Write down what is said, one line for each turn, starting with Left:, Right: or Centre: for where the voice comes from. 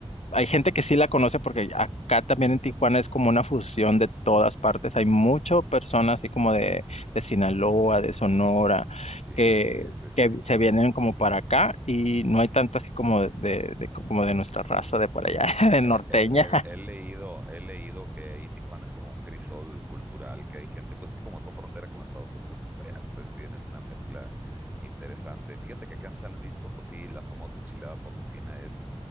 Left: hay gente que sí la conoce porque acá también en Tijuana es como una fusión de todas partes. Hay muchas personas así como de, de Sinaloa, de Sonora,
Right: Sí,
Left: que,
Right: sí, sí.
Left: que se vienen como para acá y no hay tanto así como de, de- de- como de nuestra raza de por allá, <laughs> de norteña.
Right: Eh, eh, eh, He, leído, he leído que ahí Tijuana es como un crisol cultural, que hay gente, pues que como son frontera con Estados Unidos, pues allá ustedes tienen una mezcla interesante. Fíjate que acá en San Luis Potosí, la famosa enchilada potosina es,